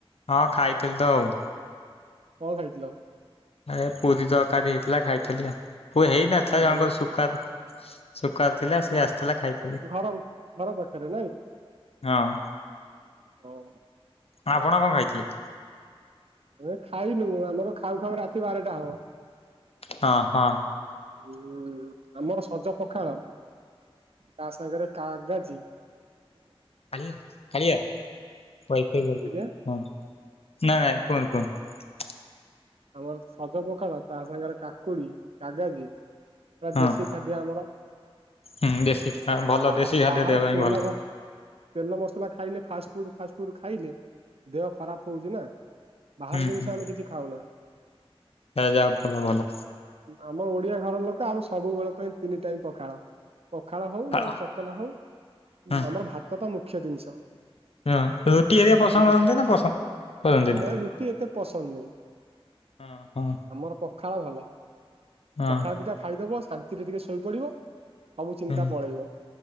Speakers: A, on the left; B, on the right.
A: ହଁ ଖାଇଥିଲି ତ ଆଉ।
B: କଣ ଖାଇଥିଲ?
A: ଆଜ୍ଞା ପୁରୀ ତରକାରୀ ହେଇଥିଲା ଖାଇଥିଲି ଆଉ ପୁରୀ ହେଇନଥିଲା
B: ଆଉ ଭଲ
A: ଜଣଙ୍କର ସୁୁଖା ଶୁକାର୍ ଥିଲା ସିଏ
B: ଆ,
A: ଆସିଥିଲା ଖାଇଥିଲି।
B: ଘର ଘର ପାଖରେ
A: ହଁ
B: ହଉ ହଉ।
A: ଆପଣ କଣ ଖାଇଥିଲେ?
B: ଏ ଖାଇନୁ ଆମର ଖାଉ ଖାଉ ରାତି ବାରଟା ହବ।
A: ହଁ ହଁ।
B: ହୁଁ ଆମର ସଜ ପଖାଳ। ତା ସାଙ୍ଗରେ କାଗଜି।
A: କାଳି କାଳିଆ। ୱାଇଫାଇ ବୋଲି
B: ଆଜ୍ଞା
A: ହଁ ନା ନାଇଁ କୁହନ୍ତୁ କୁହନ୍ତୁ।
B: ଆମର ତ ସଜ ପଖାଳ ତା ସାଙ୍ଗରେ କାକୁଡି କାଗାଜି। ପୁରା
A: ହଁ
B: ଦେଶୀ ଖାଦ୍ୟ ଆମର।
A: ହୁଁ ଦେଶୀ ଭଲ
B: ବାହାର
A: ଦେଶୀ ଖାଦ୍ୟ
B: ବାହାର
A: ଦେହ ପାଇଁ
B: ତେଲ
A: ଭଲ।
B: ତେଲ ମସଲା ଖାଇଲେ ଫାଷ୍ଟ ଫୁଡ ଫାଷ୍ଟ ଫୁଡ ଖାଇଲେ ଦେହ ଖରାପ ହଉଛି ନା। ବାହାର
A: ହୁଁ
B: ଦିନିଷ
A: ହୁଁ
B: ଆମେ କିଛି ଖାଉନା।
A: ଯାହା ଭଲ ଭଲ
B: ଆମ ଓଡିଆ ଭାଇ ଘର ଲୋକ ଆମ ସବୁବେଳେ ପାଇଁ ତିନି ଟାଇମ୍ ପଖାଳ। ପଖାଳ ହଉ
A: ପାଳ
B: ନହେଲେ ତତଲା ହଉ
A: ହଁ
B: ଆମର ଭାତ ଟା ମୁଖ୍ୟ ଦିନିଷ।
A: ହଁ ରୁଟି ଏରିଆ ପସନ୍ଦ
B: ବୁଝିଲୁ
A: କରନ୍ତି ନା ପସନ୍ଦ କରନ୍ତିନି?
B: ନାଇଁ ରୁଟି ଏତେ ପସନ୍ଦ ନାହିଁ।
A: ହଁ ହଁ
B: ଆମର ପଖାଳ ଭଲ
A: ହଁ
B: ପଖାଳ ଦିଟା ଖାଇ ଦବ ଶାନ୍ତିରେ ଟିକେ ଶୋଇପଡିବ ସବୁ ଚିନ୍ତା
A: ହୁଁ
B: ପଳେଇବ।